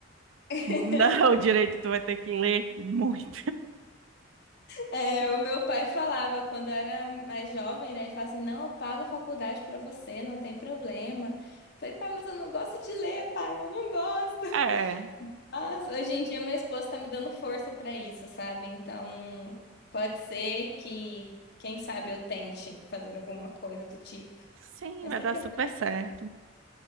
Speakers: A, on the left; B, on the right.
A: <laughs>
B: Não, <laughs> direito, tu vai ter que ler muito.
A: é, o meu pai falava quando eu era mais jovem, né? Ele falava assim: não, eu pago a faculdade pra você, não tem problema. Eu falei, pai, mas eu não gosto de ler, pai, eu não gosto. <laughs>
B: É,
A: Mas hoje em dia meu esposo tá me dando força pra isso, sabe? Então pode ser que, quem sabe, eu tente fazer alguma coisa do tipo.
B: sim,
A: Mas
B: vai
A: tem
B: dar
A: que
B: super certo.